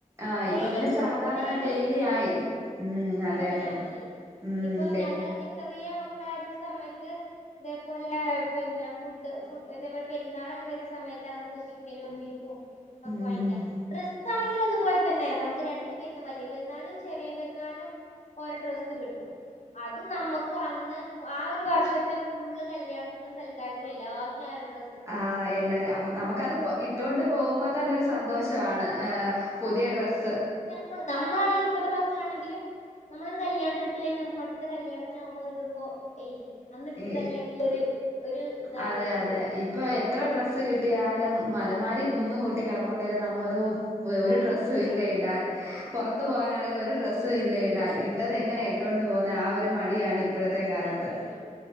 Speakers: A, on the right; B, on the left.
A: ആഹ്, ഇപ്പൊ
B: ഡെയിലി
A: പിന്നെ
B: ഇല്ലേ
A: സാധാരണ
B: ഇപ്പൊ ഡെയിലി
A: ഡെയ്ലി
B: ചിക്കൻ ഇല്ലേ
A: ആയി. ഉം, അതെ,
B: അങ്ങനെ
A: അതെ
B: വന്നല്ലോ
A: ഉം,
B: ഇപ്പൊ
A: ണ്ട്
B: ഞങ്ങളൊക്കെ ചെറിയ മക്കളായിരുന്ന സമയത്ത് ഇതേപോലെ പിന്നെ ഫുഡ് ഫു ഇതേപോലെ പെരുന്നാളൊക്കെ വരുന്ന സമയത്താണ് നമുക്ക് ചിക്കനും, ബീഫും, ഒക്കെ
A: ഉം
B: വാങ്ങിക്കാ ഡ്രസ്സാണെങ്കിലും അതുപോൽതന്നെ നമുക്ക് രണ്ട് പെരുന്ന വലിയ പെരുന്നാളിനും, ചെറിയ പെരുന്നാളിനും. ഓരോ ഡ്രസ്സ് കിട്ടും. അത് നമുക്ക് അന്ന് ആ ഒരു വർഷത്തെ ഫുള്ള് കല്യാണത്തിനും സൽ ക്കാരത്തിനും എല്ലാത്തിനും ആ ഒരു ഡ്രസ്
A: ആഹ് എല്ലാരും അപ്പ നമുക്കത് ഇട്ടുകൊണ്ട് പോകുമ്പോ തന്നെ ഒരു സന്തോഷമാണ് ഏഹ് പുതിയ ഡ്രസ്സ്
B: മ്മ നമ്മളാണെലും ഇപ്പത്തെ മാക്കളാണെങ്കിലും നമ്മളൊരു കല്യാണത്തിന് ഇട്ടു കഴിഞ്ഞാ നമുക്കടുത്ത കല്യാണത്തിന് ആവുമ്പോ അത് ഇടുമ്പോ ഏയ് അന്നിട്ടതല്ലേന്ന്ള്ള
A: ഈ
B: ഒരു ഒരു ഇതാ
A: അതെ
B: വരുന്നത്
A: അതെ ഇ ഇപ്പൊ എത്ര ഡ്രസ്സ് കിട്ടിയാലും മലമാരി കുന്ന് കൂട്ടി കിടപ്പുണ്ടലും നമ്മള് പറയും ഓഹ് ഒരു
B: ഒന്നുല്ല
A: ഡ്രസ്സും ഇല്ല ഇടാൻ
B: ഇല്ല
A: പുറത്ത് പോവാനാണെലും ഒരു ഡ്രസ് സും ഇല്ല ഇടാൻ
B: ഒരു ഡ്രസ്സും
A: ഇട്ടത് എങ്ങനെ
B: ഇല്ല
A: ഇട്ടുകൊണ്ട് പോവുന്നെ ആ ഒരു മടിയാണ് ഇപ്പോഴത്തെ കാലത്ത്
B: ആ ഒരു മടിയാണ്